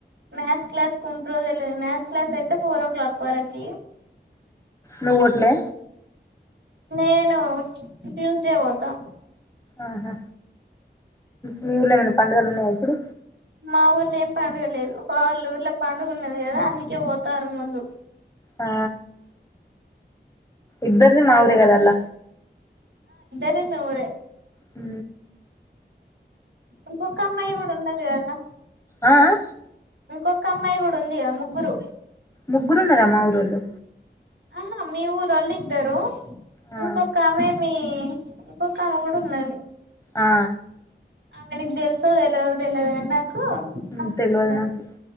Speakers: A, on the right; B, on the left.
A: మ్యాథ్స్ క్లాస్ కుంట రోజు లేదు మ్యాథ్స్ క్లాస్ అయితే ఫోర్ ఓ క్లాక్ వరకు
B: నువ్ పోట్లే
A: నేను ట్యూస్డే పోతా
B: ఆహా మీ ఊర్ళమనా పండుగలు ఉన్నాయా ఇప్పుడు
A: మా ఊర్లో ఏం పండుగ లేదు వా వాళ్ళ ఊర్లో పండుగ ఉన్నది కదా అందుకే పోతారు ముందు
B: ఆ ఇద్దరిది మాఊరే
A: ఓ
B: కడవల్ల
A: అదే నఊరే
B: హ
A: ఇంకొక అమ్మాయి కూడా ఉన్నది కదా
B: ఆ ఆ
A: ఇంక క అమ్మాయి కూడా ఉంది కదా ముగ్గురు
B: ముగ్గురు ఆ మా ఊరోళ్ళు
A: అనా మీ ఊరు అళ్ళద్దారు
B: ఆ
A: ఇంకొకమెే మీ ఇప్పు కళగూడ ఉన్నది
B: ఆ
A: ఆమె నీకు తెలుసో తెలియదో తెలియదు కానీ
B: మ్మ
A: ఆమె
B: తెలవదు
A: కూడా ఉన్నది
B: నాకు